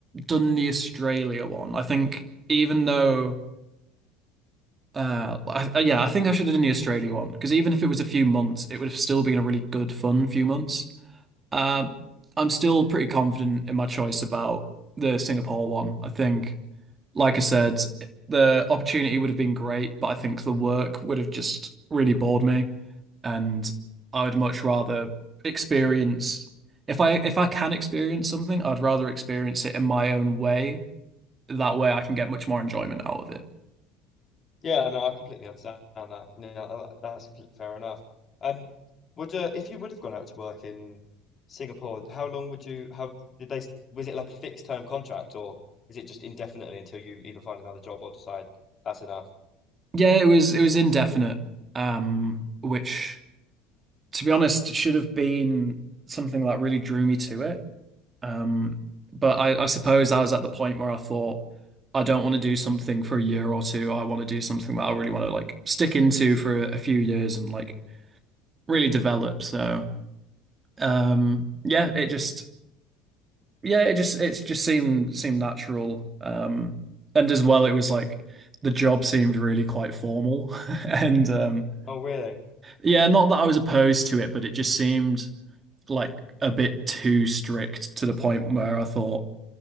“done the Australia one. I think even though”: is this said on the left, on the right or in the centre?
Right